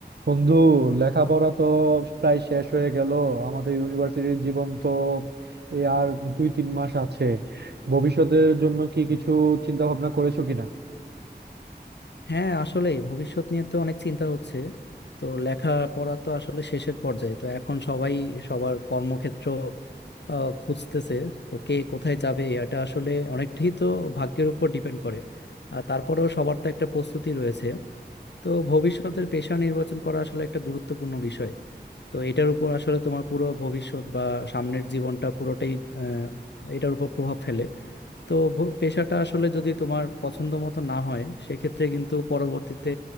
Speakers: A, on the right; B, on the left.
A: বন্ধু লেখাপড়া তো প্রায় শেষ হয়ে গেল আমাদের ইউনিভার্সিটির জীবন তো এই আর দুই তিন মাস আছে ভবিষ্যতের জন্য কি কিছু চিন্তা ভাবনা করেছো কিনা
B: হ্যাঁ আসলে ভবিষ্যৎ নিয়ে তো অনেক চিন্তা হচ্ছে তো লেখাপড়া তো আসলে শেষের পর্যায়ে তো এখন সবাই সবার কর্মক্ষেত্র আহ, খুঁজতেছে তো কে কোথায় যাবে এটা আসলে অনেকটাই তো ভাগ্যের উপর ডিপেন্ড করে আর তারপরেও সবার তো একটা প্রস্তুতি রয়েছে তো ভবিষ্যতের পেশা নির্বাচন করা আসলে একটা গুরুত্বপূর্ণ বিষয় তো এটার উপর আসলে তোমার পুরো ভবিষ্যৎ বা সামনের জীবনটা পুরোটাই আহ, এটার উপর প্রভাব ফেলে তো ভ- পেশাটা আসলে যদি তোমার পছন্দ মতো না হয় সেক্ষেত্রে কিন্তু পরবর্তীতে